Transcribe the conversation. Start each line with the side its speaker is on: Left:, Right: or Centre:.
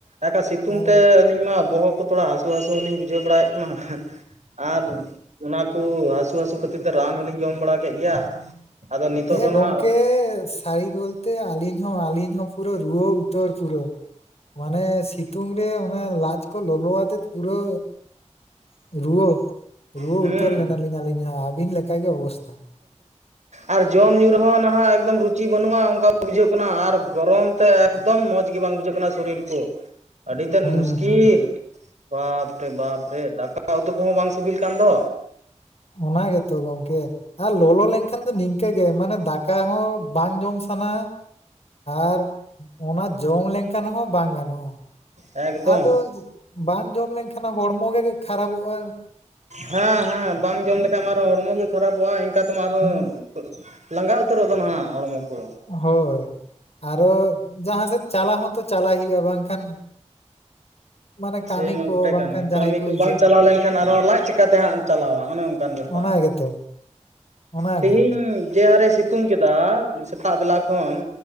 Right: ᱮᱠᱟ ᱥᱤᱛᱩᱝ
Left: ᱟᱨ
Right: ᱛᱮ ᱟᱹᱞᱤᱧ ᱢᱟ ᱵᱚᱦᱚᱜ ᱠᱚ ᱛᱷᱚᱲᱟ ᱦᱟᱹᱥᱩ ᱦᱟᱹᱥᱩ ᱦᱚᱞᱤᱧ ᱵᱩᱡᱷᱟᱹᱣ ᱵᱟᱲᱟᱭᱮᱜ ᱠᱟᱱᱟ ᱟᱨ ᱚᱱᱟ ᱠᱩ ᱦᱟᱹᱥᱩ ᱦᱟᱹᱥᱩ ᱠᱷᱟᱹᱛᱤᱨ ᱛᱮ ᱨᱟᱱ ᱦᱚᱞᱤᱧ ᱡᱚᱢ ᱵᱟᱲᱟ ᱠᱮᱜ ᱜᱮᱭᱟ᱾ ᱟᱫᱚ ᱱᱤᱛᱚᱜ
Left: ᱮ
Right: ᱫᱚ ᱱᱟᱦᱟᱜ
Left: ᱜᱚᱝᱠᱮ ᱥᱟᱹᱨᱤ ᱜᱚᱞᱛᱮ ᱟᱹᱞᱤᱧ ᱦᱚᱸ ᱟᱹᱞᱤᱧ ᱦᱚᱸ ᱯᱩᱨᱟᱹ ᱨᱩᱣᱟᱹ ᱩᱛᱟᱹᱨ ᱯᱩᱨᱟᱹ ᱢᱟᱱᱮ ᱥᱤᱛᱩᱝ ᱨᱮ ᱚᱱᱮ ᱞᱟᱡ ᱠᱚ ᱞᱚᱞᱚ ᱟᱛᱮᱡ ᱯᱩᱨᱟᱹ ᱨᱩᱣᱟᱹ ᱨᱩᱣᱟᱹ
Right: ᱦᱩᱸ
Left: ᱩᱛᱟᱹᱨ ᱞᱮᱱᱟ ᱞᱤᱧ᱾ ᱟᱹᱧᱞᱤᱧ ᱦᱚᱸ ᱟᱹᱵᱤᱱ ᱞᱮᱠᱟ ᱜᱮ ᱚᱵᱚᱥᱛᱷᱟ᱾
Right: ᱟᱨ ᱡᱚᱢ ᱧᱩ ᱨᱮᱦᱚᱸ ᱱᱟᱦᱟᱜ ᱮᱠᱫᱚᱢ ᱨᱩᱪᱤ ᱵᱟᱹᱱᱩᱜᱼᱟ ᱚᱝᱠᱟ ᱵᱩᱡᱷᱟᱹᱜ ᱠᱟᱱᱟ ᱟᱨ ᱜᱚᱨᱚᱢ ᱛᱮ ᱮᱠᱫᱚᱢ ᱢᱚᱡᱽ ᱜᱮ ᱵᱟᱝ ᱵᱩᱡᱷᱟᱹᱜ ᱠᱟᱱᱟ ᱥᱚᱨᱤᱞ ᱠᱚ᱾ ᱟᱹᱰᱤᱛᱮᱫ
Left: ᱦᱩᱸ
Right: ᱢᱩᱥᱠᱤᱞ
Left: ᱦᱩᱸ
Right: ᱵᱟᱯᱨᱮ ᱵᱟᱯᱨᱮ ᱫᱟᱠᱟ ᱫᱟᱠᱟ ᱩᱛᱩ ᱠᱚᱦᱚᱸ ᱵᱟᱝ ᱥᱤᱵᱤᱞ ᱠᱟᱱ ᱫᱚ
Left: ᱚᱱᱟ ᱜᱮᱛᱚ ᱜᱚᱢᱠᱮ ᱟᱨ ᱞᱚᱞᱚ ᱞᱮᱱᱠᱷᱟᱱ ᱫᱚ ᱱᱤᱝᱠᱟᱹ ᱜᱮ, ᱢᱟᱱᱮ ᱫᱟᱠᱟ ᱦᱚᱸ ᱵᱟᱝ ᱡᱚᱢ ᱥᱟᱱᱟ ᱟᱨ ᱚᱱᱟ ᱡᱚᱢ ᱞᱮᱱᱠᱷᱟᱱ ᱦᱚᱸ ᱵᱟᱝ ᱜᱟᱱᱚᱜ-ᱟ᱾
Right: ᱮᱠᱫᱚᱢ
Left: ᱟᱫᱚ ᱵᱟᱝ ᱡᱚᱢ ᱞᱮᱱᱠᱷᱟᱱ ᱦᱚᱲᱢᱚ ᱜᱮ ᱠᱷᱟᱨᱟᱵᱚᱜ-ᱟ᱾
Right: ᱦᱮᱸ ᱦᱮᱸ ᱵᱟᱝ ᱡᱚᱢ ᱞᱮᱠᱷᱟᱡ ᱢᱟ ᱟᱨᱦᱚᱸ ᱦᱚᱲᱢᱚ ᱜᱮ ᱠᱷᱟᱨᱟᱯᱚᱜ-ᱟ, ᱤᱱᱠᱟ ᱛᱮᱢᱟ ᱟᱨᱦᱚᱸ
Left: ᱦᱩᱸ,
Right: ᱞᱟᱸᱜᱟ ᱩᱛᱟᱹᱨᱚᱜ ᱫᱚ ᱱᱟᱦᱟᱸᱜ ᱦᱚᱲᱢᱚ ᱠᱚ
Left: ᱦᱳᱭ ᱟᱨᱚ ᱡᱟᱦᱟᱸ ᱥᱮᱫ ᱪᱟᱞᱟᱣ ᱦᱚᱸᱛᱚ ᱪᱟᱞᱟᱭ ᱦᱩᱭᱩᱜ-ᱟ, ᱵᱟᱝᱠᱷᱟᱱ ᱢᱟᱱᱮ ᱠᱟᱹᱢᱤ
Right: ᱥᱮ ᱢᱟ
Left: ᱠᱚ
Right: ᱜᱚᱴᱮ
Left: ᱵᱟᱝᱠᱷᱟᱱ
Right: ᱠᱟᱱ ᱜᱮ
Left: ᱡᱟᱦᱟᱸᱭ
Right: ᱠᱟᱹᱢᱤ ᱠᱚ
Left: ᱤᱭᱟᱹ
Right: ᱵᱟᱝ ᱪᱟᱞᱟᱣ ᱞᱮᱱᱠᱷᱟᱱ ᱟᱨᱦᱚᱸ ᱞᱟᱡ ᱪᱠᱟᱛᱮ ᱦᱟᱸᱜ ᱮᱢ ᱪᱟᱞᱟᱣᱟ ᱚᱱᱮ ᱚᱱᱠᱟᱱ ᱵᱮᱯ
Left: ᱚᱱᱟ ᱜᱮᱛᱚ ᱚᱱᱟᱜᱮ
Right: ᱛᱮᱦᱤᱧ ᱡᱮ ᱦᱟᱨᱮ ᱥᱤᱛᱩᱝ ᱠᱮᱫᱟ ᱥᱮᱛᱟᱜ ᱵᱮᱞᱟ ᱠᱷᱚᱱ